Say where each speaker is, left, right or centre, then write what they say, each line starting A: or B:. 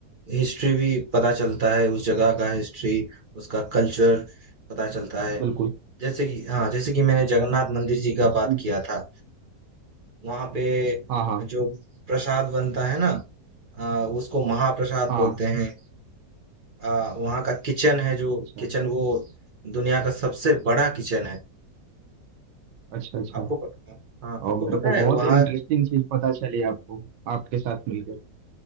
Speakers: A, on the right; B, on the right.
A: हिस्ट्री भी पता चलता है उस जगह का हिस्ट्री उसका कल्चर पता चलता है
B: बिल्कुल
A: जैसे कि हाँ जैसे कि मैंने जगन्नाथ मंदिर जी का
B: अच्छा
A: बात किया था वहाँ पे
B: हाँ हाँ
A: जो प्रसाद बनता है ना आ, उसको महाप्रसाद
B: हाँ
A: बोलते हैं आ, वहाँ का किचन है जो
B: अच्छा
A: किचन वो दुनिया का सबसे बड़ा किचन है
B: अच्छा अच्छा
A: आपको प- हाँ
B: और
A: आपको
B: मेरे
A: पता
B: को
A: है
B: बहुत
A: वहाँ
B: इंटरेस्टिंग चीज पता चली आपको आपके साथ मिलकर